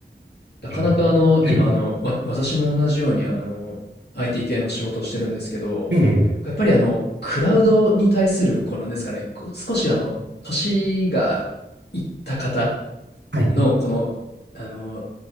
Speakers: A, on the left; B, on the right.
A: なかなかあの、
B: えー、
A: 今あの、
B: はい。
A: わ、私も同じようにあの、IT 系の仕事をしてるんですけど、
B: ええ、
A: やっぱりあの、クラウドに対する、こうなんですかね、こう少しあの、年がいった方
B: はい、
A: の、この、あの、